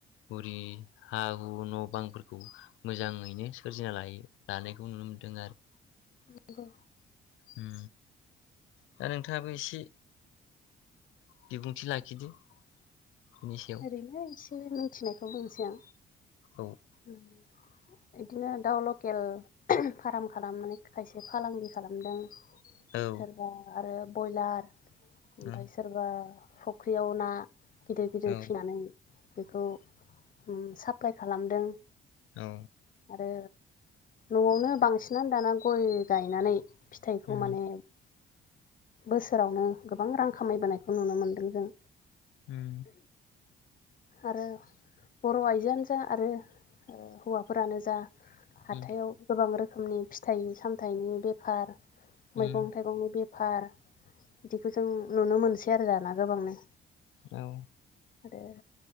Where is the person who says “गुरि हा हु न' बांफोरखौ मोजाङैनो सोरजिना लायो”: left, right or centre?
Left